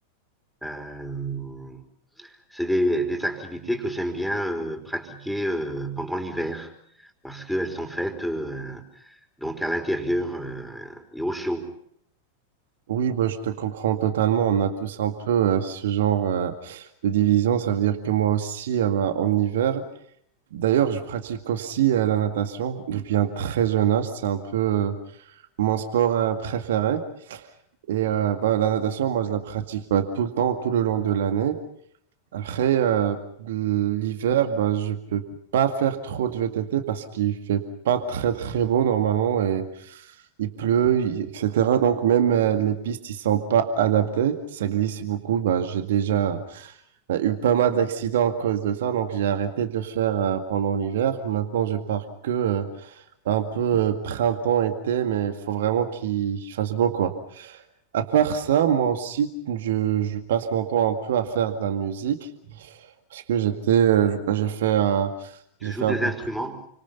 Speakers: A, in the centre; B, on the right.
A: Euh, c'est des, des, activités que j'aime bien euh, pratiquer euh, pendant l'hiver parce qu'elles sont faites euh, donc à l'intérieur euh, et au chaud.
B: Oui, bah, je te comprends totalement. On a tous un peu euh, ce genre euh, de division. Ça veut dire que moi aussi, euh, bah, en hiver, D'ailleurs, je pratique aussi euh, la natation depuis un très jeune âge. C'est un peu euh, mon sport euh, préféré. Et euh, bah, la natation, moi, je la pratique bah, tout le temps, tout le long de l'année. Après, euh, l'hiver, bah, je peux pas faire trop de VTT parce qu'il fait pas très, très beau normalement et il pleut, il- etc. Donc, même euh, les pistes, ils sont pas adaptées. Ça glisse beaucoup. Bah, j'ai déjà euh, eu pas mal d'accidents à cause de ça. Donc, j'ai arrêté de le faire euh, pendant l'hiver. Maintenant, je pars que... euh, un peu euh, printemps-été, mais il faut vraiment qu'il qu'il fasse beau, quoi. À part ça, moi aussi, je, je passe mon temps un peu à faire de la musique, parce que j'étais, euh, je- bah, j'ai fait, euh,
A: Tu
B: j'ai
A: joues
B: fait
A: des
B: un peu,
A: instruments?